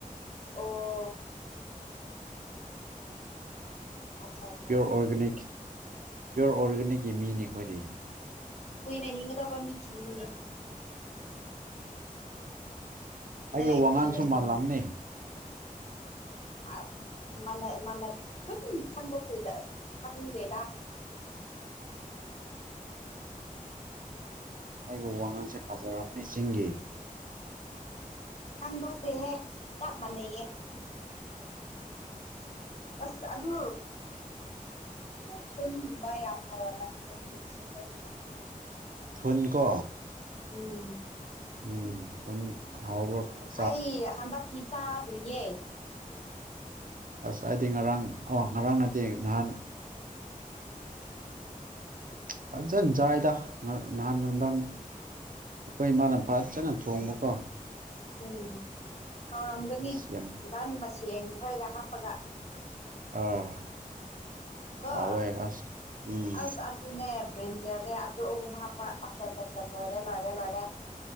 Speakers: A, on the left; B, on the right.
A: ꯑꯣ ꯑꯠꯆꯥ ꯑꯠꯆꯥ
B: ꯄꯤꯌꯣꯔ ꯑꯣꯔꯒꯥꯅꯤꯛ ꯄꯤꯌꯣꯔ ꯑꯣꯔꯒꯥꯅꯤꯛꯀꯤ ꯃꯤꯅꯤ ꯑꯩꯈꯣꯏꯗꯤ
A: ꯀꯨꯏꯅ ꯍꯤꯡꯒꯗꯕ ꯃꯤꯁꯤꯡꯅꯤꯅꯦ
B: ꯑꯩꯒꯤ
A: ꯅꯏ
B: ꯋꯥꯉꯥꯡꯁꯨ
A: ꯅ
B: ꯃꯥꯜꯂꯝꯅꯤ
A: <unintelligible> ꯑ ꯃꯅ ꯃꯅ <unintelligible> ꯑꯗꯨꯝ ꯈꯪꯗꯣꯛꯇꯦꯗ ꯈꯪꯗꯦꯗ
B: ꯑꯩꯒ ꯋꯥꯉꯥꯡꯁꯦ ꯐꯖꯔꯝꯃꯦ ꯆꯤꯡꯒꯤ
A: ꯈꯥꯟꯗꯣꯛꯇꯦꯍꯦ ꯆꯞ ꯃꯥꯟꯅꯩꯌꯦ ꯑꯁ ꯑꯗꯨ ꯊꯨꯜꯒꯨꯝꯕ ꯌꯥꯝ ꯍꯥꯎꯔꯝꯃꯅꯤꯅꯦ ꯍꯧꯖꯤꯛ ꯁꯤꯒꯅꯤꯅ
B: ꯊꯨꯟꯀꯣ
A: ꯎꯝ
B: ꯎꯝ ꯊꯨꯟ ꯍꯥꯎꯕꯔꫭ
A: ꯑꯩ ꯍꯟꯗꯛꯀꯤ ꯆꯥꯗ꯭ꯔꯤꯌꯦ
B: ꯑꯁ ꯑꯩꯗꯤ ꯉꯔꯥꯡ ꯀꫭ ꯉꯔꯥꯡ ꯒꯠꯇ‌ꯦ ꯅꯍꯥꯟ ꯐꯖꯅꯆꯥꯏꯗ ꯅꯍꯥꯟ ꯅꯨꯡꯗꯥꯡ ꯑꯩꯈꯣꯏ ꯏꯃꯥꯅ ꯐꯥꯖꯅ ꯊꯣꯡꯕꯀꯣ
A: ꯎꯝ ꯍꯥꯎꯔꯝꯒꯅꯤ
B: ꯑꯁ ꯌꯥꯝ
A: ꯒꯟ ꯃꯁꯦꯟ ꯈꯣꯏꯒ ꯍꯥꯞꯄꯒ
B: ꯑꯥ
A: ꯀꯣ
B: ꯑꯋꯥꯏ ꯑꯁ ꯎꯝ
A: ꯑꯁ ꯑꯗꯨꯅꯦ ꯕ꯭ꯔꯤꯟꯖꯔꯅꯦ ꯑꯗꯨ ꯑꯍꯨꯝ ꯍꯥꯞꯄ ꯂꯣꯏꯔꯦ ꯂꯣꯏꯔꯦ ꯂꯣꯏꯔꯦ